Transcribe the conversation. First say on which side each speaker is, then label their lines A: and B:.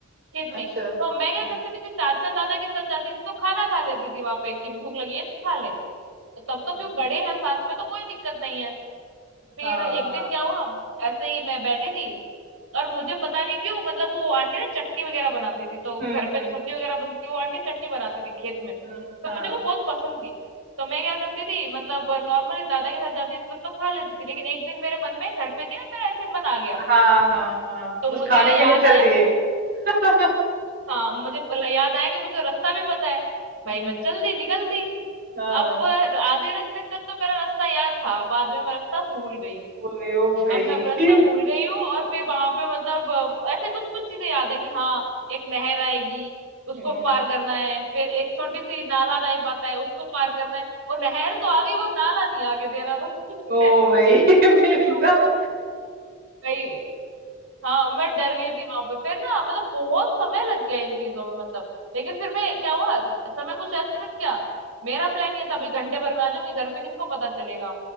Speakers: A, on the right; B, on the right.
A: खेत
B: अच्छा
A: में ही।
B: हम्म
A: तो मैं क्या करती थी कि चाचा दादा के साथ जाती थी तो खाना खा लेती थी वहां पे कि भूख लगी है तो खा ले तो तब
B: हम्म,
A: तो क्यों बड़े हैं साथ में तो कोई दिक्कत नहीं है फिर
B: हाँ
A: एक
B: हाँ
A: दिन क्या हुआ ऐसे ही मैं बैठी थी और मुझे पता नहीं क्यों मतलब वो आंटी ना चटनी वगैरह बनाती थी तो
B: हम्म
A: घर पे
B: हम्म
A: तो सब्जी वगैरह बनती वो आंटी चटनी बनाती थी खेत में
B: हम्म,
A: तो
B: हाँ
A: मुझे वो बहुत पसंद थी तो मैं क्या करती थी मतलब नॉर्मली दादा के साथ जाती थी तब तो खा लेती थी लेकिन एक दिन मेरे मन में घर पे थी और मेरा ऐसे मन आ गया
B: हाँ हाँ हाँ
A: तो
B: बस
A: मुझे
B: खाने के
A: याद
B: लिए चल
A: आया
B: दिए
A: कि मुझे,
B: <laughs>
A: हाँ मुझे पल- याद आया कि मुझे रास्ता भी पता है भाई
B: हम्म,
A: मैं चल दी निकल दी
B: हाँ
A: अब आधे रास्ते तक तो मेरा रास्ता याद था बाद में मैं रास्ता भूल गई
B: ओए ओ भाई
A: अब मैं रास्ता भूल गई हूँ और फिर वहां पे मतलब अ, ऐसे कुछ कुछ चीजें याद है कि हाँ एक नहर आएगी उसको
B: हम्म
A: पार करना है फिर एक छोटी सी नाला टाइप आता है उसको पार करना है वो नहर तो आ गई वो नाला नहीं आगे दे रहा था मुझे।
B: ओ
A: <laughs>
B: भाई <laughs> फिर एकदम
A: तो भाई हाँ मैं डर गई थी वहां पे फिर ना मतलब बहुत समय लग गया इन चीजों में मतलब लेकिन फिर मैं क्या हुआ समय कुछ ऐसे लग गया मेरा प्लान ये था भाई घंटे भर में आ जाऊंगी घर पे किसको पता चलेगा